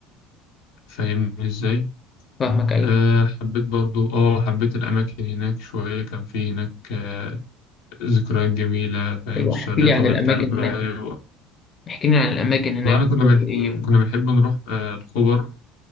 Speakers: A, on the left (about 80°); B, on the left (about 35°).
A: فاهمني ازاي
B: فاهمك ايوه
A: أه حبيت برضو اه حبيت الأماكن هناك شوية كان في هناك آه، ذكريات جميلة فاهم
B: ايوه
A: السعودية
B: احكي لي
A: طبعا
B: عن الاماكن
A: انت عارف بقى
B: هناك احكي لي عن الاماكن هناك
A: والله أنا كنا
B: بتقضي
A: بنح...
B: ايه
A: كنا بنحب نروح آه، الخبر